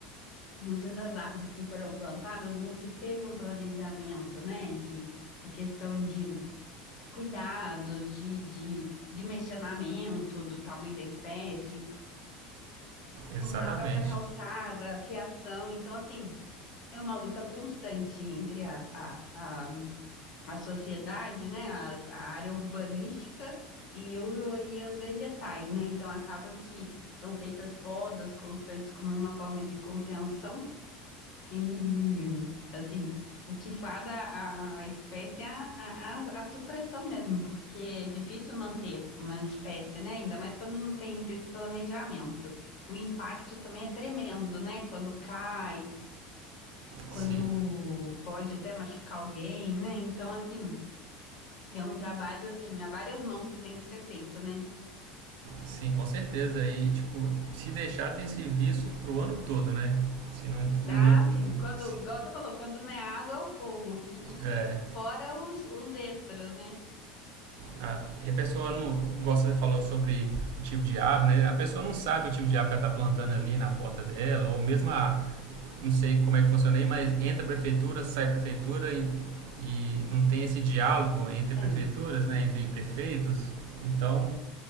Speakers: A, on the left (about 55°); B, on the right (about 80°).
A: muitas das árvores que foram plantadas não se teve um planejamento, né, de a questão de cuidados, de, de dimensionamento do tamanho da espécie,
B: Exatamente.
A: a própria calçada, a fiação, então, assim, é uma luta constante entre a, a, a a sociedade, né, as- a área urbanística e, o, e os vegetais, né? Então acaba que são feitas podas constantes como uma forma de contenção e assim, o que fada a, a espécie é a, a, a supressão mesmo, porque é difícil manter uma espécie, né? Ainda mais quando não tem esse planejamento. O impacto também é tremendo, né? Quando cai, quando
B: Sim,
A: pode até machucar alguém, né? Então, assim, é um trabalho, assim, há várias mãos que tem que ser feito, né?
B: sim, com certeza. E, tipo, se deixar, tem serviço pro ano todo, né? Se não.
A: Ah,
B: não-
A: sim, quando,
B: se-
A: igual você falou, quando não é água, é o fogo.
B: é,
A: Fora os, os extras, né?
B: a- e a pessoa não. Gosta, você falou sobre o tipo de ave, né? A pessoa não sabe o tipo de ave que ela tá plantando ali na porta dela, ou mesmo a não sei como é que funciona aí, mas entra a prefeitura, sai a prefeitura e, e não tem esse diálogo entre
A: É.
B: prefeituras, né, entre prefeitos. Então,